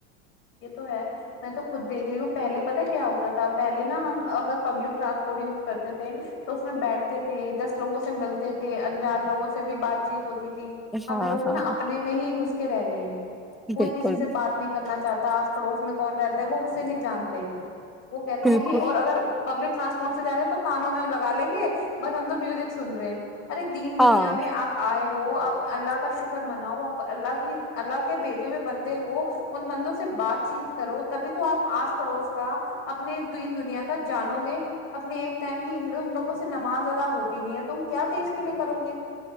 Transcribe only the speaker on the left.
یہ تو ہے میں تو خود دیکھ رہی ہوں پہلے پتا کیا ہوتا تو آ پہلےا ہم اگر پبلک ٹرانسپورٹ یوز کرتے تھے تو اس میں بیٹھتے تھے دس لوگوں سے ملتے تھے انجان لوگوں سے بھی بات چیت ہوتی تھی
اب لوگ
نا اپنے میں ہی گس کے رہ گئے ہیں کوئی
کسی سے بات نہیں چاہتا آس پڑوس میں کون رہتا ہے وہ اسے نہیں جانتے وہ کہتے
ہیں کہ اور اگر پبلک ٹرانسپ سے جا رہے ہیں تو کانوں میں لگا لیں گے بس ہم تو میوزک سن رہے ہیں ارے دین دنیا
میں آپ آئے ہو آپ اللہ کا شکر مناؤ آپ اللہ کی اللہ کے بھیجے ہوئے بندے ہو ان بندوں سے بات چیت کرو تبھی تو آپ آس پڑوس کا اپنے دین دنیا کا جانو گے اپنے ایک ٹائم کی ان لوگوں سے نماز ادا ہوتی نہیں ہے تم کیا دیش کے لیے کرو گے